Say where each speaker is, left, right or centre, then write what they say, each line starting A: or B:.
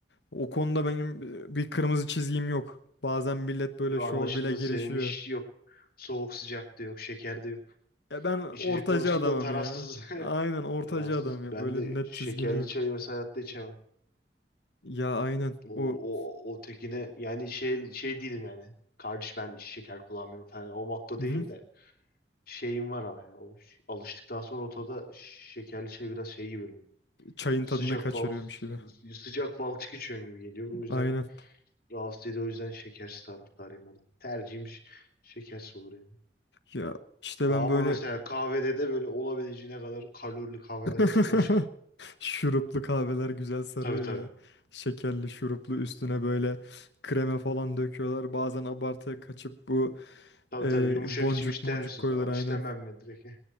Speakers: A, on the left; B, on the left.
A: O konuda benim e, bir kırmızı çizgim yok. Bazen millet böyle
B: şimdi. Anlaşıldı
A: şov bile girişiyor.
B: senin iş yok. Soğuk sıcak da yok. Şeker de yok.
A: Ya ben ortacı
B: İçecek konusunda
A: adamım
B: tarafsız.
A: ya. Aynen
B: <laughs>
A: ortacı
B: Tarafsız.
A: adam ya.
B: Ben
A: Böyle
B: de
A: net
B: şekerli
A: çizgim yok.
B: çayı mesela hayatta içemem.
A: Ya aynen
B: O,
A: o.
B: o, o tekine yani şey şey değilim yani. Kardeş ben şeker kullanmıyorum falan. O motto
A: Hı
B: değilim
A: hı.
B: de. Şeyim var ama yani. O, ş- alıştıktan sonra otoda şekerli şey biraz şey gibi geliyor.
A: Çayın
B: Sıcak
A: tadını kaçırıyormuş
B: bal
A: gibi.
B: sıcak balçık içiyorsun gibi geliyor. O yüzden
A: Aynen.
B: rahatsız ediyor. O yüzden şekersiz taraftarıyım orada. Tercihim ş- şekersiz olur yani.
A: Ya işte
B: Ha,
A: ben
B: Ama
A: böyle
B: mesela kahvede de böyle olabileceğine kadar kalorili kahveler
A: <laughs>
B: olsa onu içerim.
A: şuruplu kahveler güzel sarıyor
B: Tabii tabii.
A: ya. Şekerli şuruplu üstüne böyle krema falan döküyorlar. Bazen abartıya kaçıp bu
B: Tabii
A: e,
B: tabii. Yumuşak
A: boncuk
B: içim ister
A: moncuk
B: misiniz?
A: koyuyorlar
B: Aa, İstemem
A: aynen.
B: mi direkt?